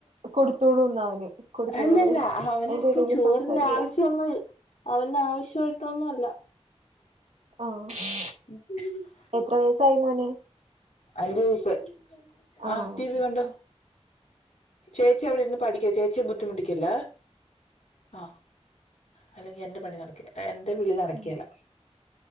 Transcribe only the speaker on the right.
കൊടുത്തോളൂ ന്നാ അവന് കൊടുത്തോളൂ
അയിന്റെ ഇടയിൽ
സംസാരിക്കാം
ആഹ്
എത്ര വയസ്സായി മോന്
ആഹ്
ശരി
ഉം,
ഉം.